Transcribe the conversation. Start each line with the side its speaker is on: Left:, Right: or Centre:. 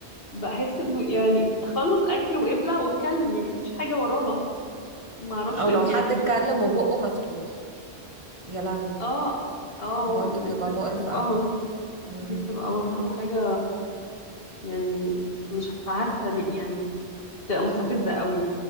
Left: بحس إنه يعني خلص أكل وابلع واتكلم يعني مفيش حاجة ورانا معرفش
Right: او
Left: يعني
Right: لو حد اتكلم وبقه مفتوح يا لهوي
Left: آه آه
Right: برضو
Left: الناس
Right: بيبقى
Left: اللي
Right: مقرف
Left: بتاكل بقها
Right: اه
Left: مفتوحة
Right: مم.
Left: دي بتبقى برضو حاجة يعني مش عارفة ليه يعني بتبقى مستفزة قوي